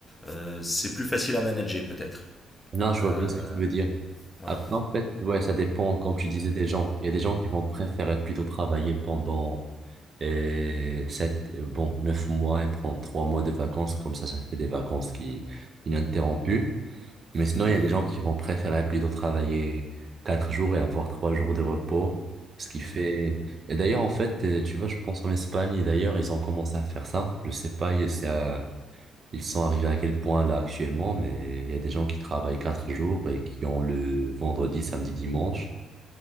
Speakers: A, on the left (about 20°); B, on the right (about 40°).
A: euh, c'est plus facile à manager peut-être.
B: Non, je
A: Euh,
B: vois bien ce que tu veux dire.
A: voilà.
B: Après, en fait, ouais, ça dépend, comme tu disais, des gens. Il y a des gens qui vont préférer plutôt travailler pendant Et sept, euh, bon, neuf mois et prendre trois mois de vacances, comme ça, ça fait des vacances qui ininterrompues. Mais sinon,
A: Mhm.
B: il y a des gens qui vont préférer plutôt travailler quatre jours et avoir trois jours de repos, ce qui
A: Mhm.
B: fait... Et d'ailleurs, en fait, euh, tu vois, je pense en Espagne, et d'ailleurs, ils ont commencé à faire ça. Je sais pas, ils c'est à- ils sont arrivés à quel point là actuellement, mais il y a des gens qui travaillent quatre jours et qui ont le vendredi, samedi, dimanche.